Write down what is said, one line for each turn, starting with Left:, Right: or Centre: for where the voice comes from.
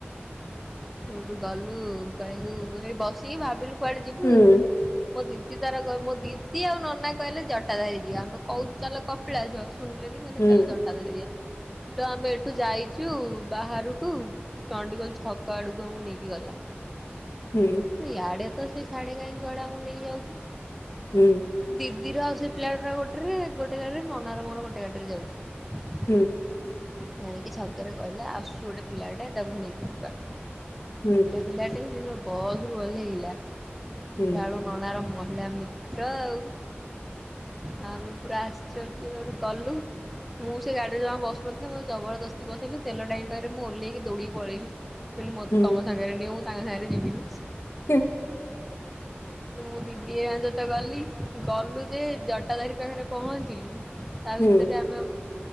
Centre: ତୋଠୁ ଗଲୁ କହିଲୁ ଏ ବସିକି ଭାବିଲୁ କୁଆଡେ ଯିବୁ
Left: ହୁଁ
Centre: ମୋ ଦିଦି ତାର ମୋ ଦିଦି ଆଉ ନନା କହିଲେ ଜଟା ଧାରି ଯିବା ଆମେ କହୁଛୁ ଚାଲ କପିଳାସ ଶୁଣିଲେ କଲେ
Left: ହୁଁ
Centre: ଚାଲ ଜଟାଧାରି ଯିବା ଆମେ ଏଠୁ ଯାଇଛୁ ବାହାରକୁ ଚଣ୍ଡିଖୋଲ ଛକ ଆଡୁକୁ ଆମକୁ ନେଇକି ଗଲା।
Left: ହୁଁ।
Centre: ୟଆଡେ ତ ସେ ସାଢେ କାଈଁ କୁଆଡେ ଆମକୁ ନେଇ ଯାଉଛି।
Left: ହୁଁ।
Centre: ଦିଦିର ଆଉ ସେ ପିଲାଟ ଗୋଟେରେ ଗୋଟେ ଗାଡିରେ ନନା ର ମୋର ଗୋଟେ ଗାଡିରେ ଯାଉଛି।
Left: ହୁଁ।
Centre: ଜାଣିକି ଛକରେ କହିଲା ଆସୁଛୁ ଗୋଟେ ପିଲାଟେ ତାକୁ ନେଇକି ଯିବା।
Left: ହୁଁ
Centre: ପିଲା ଟା ବସ ରୁ ଓହ୍ଲାଇଲା ଦେଖିଲା
Left: ହୁଁ
Centre: ବେଳକୁ ନନାର ମହିଳା ମିତ୍ର ଆଉ ଆ ଆମେ ପୁରା ଆଶ୍ଚର୍ଯ୍ୟ ଗଲୁ। ମୁଁ ସେ ଗାଡିରେ ଜମା ବସୁନଥାଏ ମତେ ଜବରଦସ୍ତି ବସେଇଲିି ତେଲ ଟାଙ୍କି ପାଖରେ ମୁଁ ଓଲ୍ହେଇ କି ଦୌଡ଼ି ପଳେଇିଲି। କହିଲ ମତେ
Left: ହୁଁ ହୁଁ
Centre: ତମ ସାଙ୍ଗରେ ନିଅ ମୁୁ ତାଙ୍କ ସାଙ୍ଗରେ ଯିବିନି।
Left: <inaudible>
Centre: ମୁଁ ଦିଦି ହେରିକା ସହିତତ ଗଲି ଗଲୁ ଯେ ଜଟାଧାରୀ ପାଖରେ ପହଞ୍ଚିଲୁ। ତା
Left: ହୁଁ
Centre: ଭିତରେ ଆମେ